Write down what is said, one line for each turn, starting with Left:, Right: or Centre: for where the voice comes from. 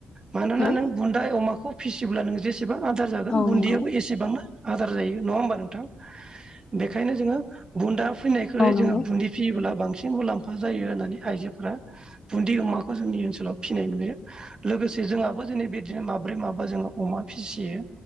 Right: मानोना
Left: हेलौ
Right: नों बुन्दा अमाखौ फिसिब्ला नों जेसेबां आदार जागोन
Left: औ
Right: बुन्दैयाबो
Left: नंगौ
Right: एसे एसेबांनो आदार जायो नङा होमबा नोंथां? बेखायनो जोङो बुन्दा फैनायनिख्रुय
Left: औ नंगौ
Right: जोङो बुन्दि फियोब्ला बांसिन मुलाम्फा जायो होननानै आइजोफोरा बुन्दि अमाखौ जोंनि ओनसोलाव फिनाय नुयो। लोगोसे जोंहाबो जोंनि बे बिदिनो माब्रै माबा जोङो अमा फिसियो‌